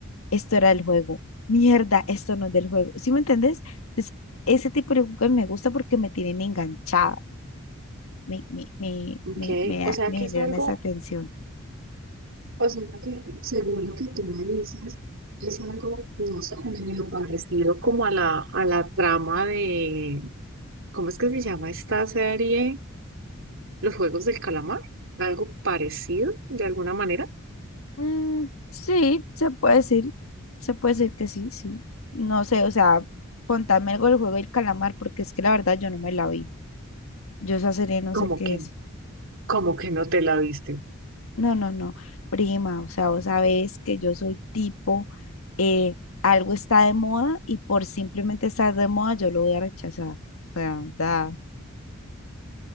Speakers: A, on the left; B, on the right.
A: esto era el juego, mierda, esto no es del juego. ¿Sí me entendés? Entonces ese tipo de películas me gusta porque me tienen enganchada, me, me, me,
B: Ok,
A: me, me,
B: o
A: da-
B: sea
A: me
B: que es
A: generan
B: algo
A: esa tensión.
B: O sea que según lo que tú me dices, es algo, no sé, medio parecido como a la, a la trama de, ¿cómo es que se llama esta serie? Los Juegos del Calamar, algo parecido de alguna manera,
A: Mm, sí, se puede decir, se puede decir que sí, sí. No sé, o sea, contame algo del juego del calamar porque es que la verdad yo no me la vi. Yo esa serie no sé
B: como
A: qué
B: que,
A: es.
B: como que no te la viste.
A: No, no, no. Prima, o sea, vos sabés que yo soy tipo, eh, algo está de moda y por simplemente estar de moda yo lo voy a rechazar. O sea, da.